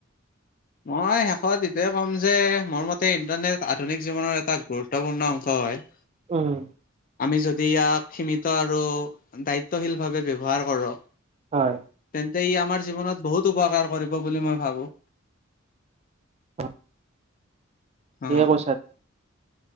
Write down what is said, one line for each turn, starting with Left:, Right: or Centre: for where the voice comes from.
Left: মই শেষত এইটোৱে ক'ম যে মোৰ মতে ইণ্টাৰনেট আধুনিক জীৱনৰ এটা গুৰু ত্বপূৰ্ণ অংশ হয়
Right: উম
Left: আমি যদি ইয়াক সীমিত আৰু দায়িত্বশীলভাৱে ব্যৱহাৰ কৰো
Right: হয়
Left: তেন্তে ই আমাৰ জীৱনত বহুত উপকাৰ কৰিব বুলি মই ভাবো
Right: <inaudible>
Left: অ
Right: এয়ে কৈছাত